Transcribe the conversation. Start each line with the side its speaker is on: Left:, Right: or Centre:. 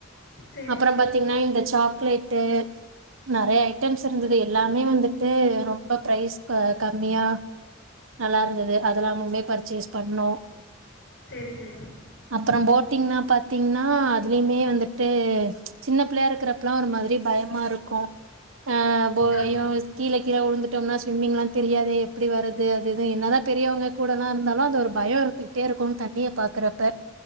Left: செரி
Right: அப்பற
Left: செரி
Right: பாத்தீங்னா இந்த சாக்லேட்டு நெறைய ஐட்டம்ஸ் இருந்தது எல்லாமே வந்துட்டு ரொம்ப ப்ரைஸ் அ கம்மியா நல்லா இருந்தது அதெல்லாமுமே பர்ச்சேஸ் பண்ணோ
Left: செரி செரி
Right: அப்பறோ போட்டிங்னா பத் த்தீங்னா அதுலயுமே வந்துட்டு சின்ன பிள்ளையா இருக்கிறப்பலா ஒரு மாதிரி பயமா இருக்கு ஆ போ
Left: ஆமா
Right: ஐயோ கீழ கீழ வுழுந்துட்டோம்னா ஸ்விம்மிங்லா தெரியாதே எப்டி வர்றது அது இது என்னதா பெரியவங்க கூடலா இருந்தாலு அது ஒரு பயோ இருந்துக்கிட்டே இருக்கு தண்ணிய பாக்குறப்ப